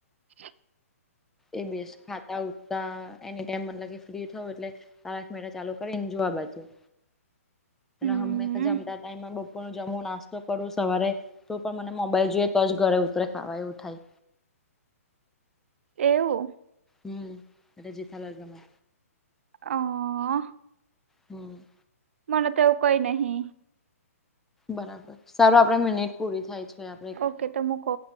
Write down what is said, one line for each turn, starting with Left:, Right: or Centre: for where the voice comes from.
Right: હમમ
Centre: એ બેસ ખાતાં-ઉઠતાં એની ટાઈમ મતલબ કે ફ્રી થાઉં એટલે તારક મહેતા ચાલુ કરીને જોવા બેસું
Right: હમ
Centre: હંમેશાં જમતા ટાઈમે. જમું નાસ્તો કરું સવારે તો પણ મને મોબાઈલ જોઈએ તો જ ગળે ઊતરે ખાવા એવું થાય.
Right: એવું.
Centre: હમમ મને જેઠાલાલ ગમે
Right: આ હા
Centre: હમમ
Right: મને તો એવું કંઈ નહીં
Centre: બરાબર સારું આપણી મિનિટ પૂરી થાય છે એમ
Right: ઓકે તો મૂકો